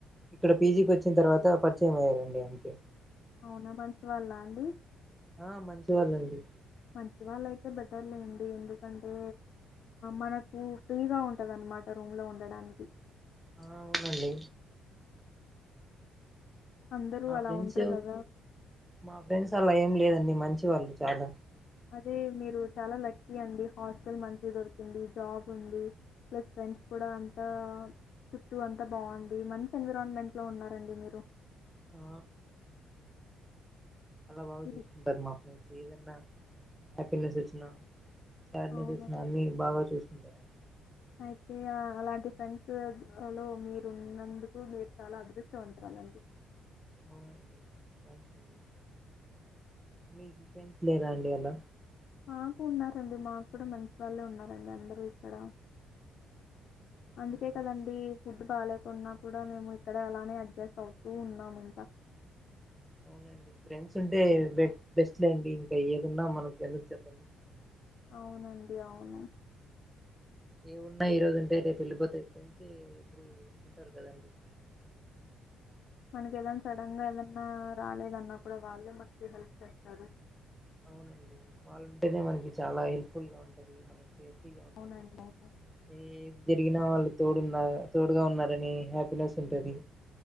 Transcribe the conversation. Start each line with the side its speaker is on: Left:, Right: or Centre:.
Centre: ఇక్కడ పీజీకి వచ్చిన తర్వాత పరిచయం అయ్యారండి అంతే
Left: అవునా మంచి వాళ్ళ అండి
Centre: ఆ మంచివాళ్ళండి
Left: మంచి వాళ్ళయితే బెటర్లేండి ఎందుకంటే మనకు ఫ్రీగా ఉంటందిన్నమాట రూమ్ లో ఉండడానికి
Centre: ఆ అవునండి
Left: అందరూ
Centre: మా
Left: అలా
Centre: ఫ్రెండ్స్
Left: ఉంటారు కదా
Centre: మా ఫ్రెండ్స్ అలా ఏం లేదండి మంచి వాళ్ళు చాలా
Left: అదే మీరు చాలా లక్కీ అండి హాస్టల్ మంచిగా దొరికింది జాబ్ ఉంది ప్లస్ ఫ్రెండ్స్ కూడా అంతా చుట్టు అంతా బాగుంది మంచి ఎన్విరాన్మెంట్లో ఉన్నారండి మీరు
Centre: ఆ వాళ్ళే
Left: హ్మ్.
Centre: చూసుకుంటారు మాకేమి సం హ్యాపీినెస్ వచ్చ సడ్
Left: అవును.
Centre: న చూసిన అన్నిీ బాగా చూస్తా ంటర అండి
Left: అయితే అలాంటి ఫ్రెండ్స్ లో మీరున్నందుకు మీరు చాలా అదృష్ట్యవంతరాలండి
Centre: అవునండి థ్యాంక్స్ అండి మీకు ఫెన్స్ లేరా అండి అలా
Left: మాకు ఉన్నారండి మా కూడా మంచి వాళ్ళే ఉన్నారండి అందరూ ఇక్కడ అందుకే
Centre: అవునండి
Left: కదంీ ఫుడ్ బాగాలేే కొన్నా కూడా మేము ఇక్కడ అలానే అడ్జస్ట్ అవుతూ ఉన్నాము ఇంకా
Centre: అవునండి ఫ్రెండ్స్ ఉంటేె బెస్ట్లేండి ఇంకా ఏదిన్నా మనకు ఎందుకు చెప్పండి
Left: అవునండి అవును
Centre: ఏమున్నా ఈ రోజు ఉంటే అయితే పెళ్ళిపోతే ఫ్రెన్సి ఇప్పుడు ఉంటారు కదండి
Left: మనకి ఏదనా సడన్ గా ఏదన్నా రాలేదన్నప్పుడు వాళ్ళు మనకి హెల్ప్ చేస్తారు
Centre: అవునండి వాళ్ళంటేనే మనకి చాలా హెల్ప్ఫుల్ గా ఉంటంది మనకి స్తి గపకి
Left: అవునండి. అవును.
Centre: ఏ జరిగినా వాళ్ళు తోడున్న తోడుగా ఉన్నారని హ్యాపీనెస్ ఉంటుది